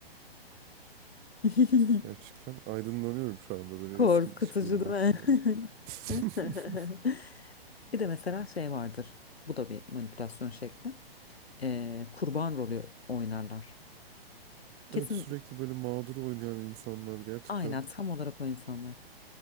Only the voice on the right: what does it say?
Gerçekten aydınlanıyorum şu anda böyle
eski ilişkilerim
hakkında.
da. <laughs>
Evet sürekli böyle mağdur oynayan insanlar gerçekten